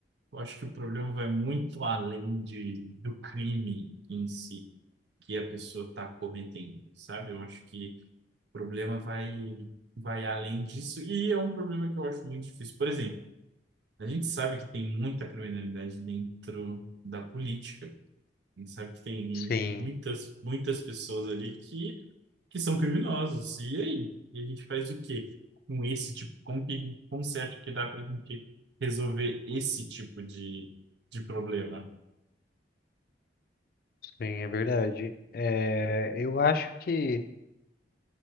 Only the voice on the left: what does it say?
Sim.
Sim, é verdade. É, eu acho que,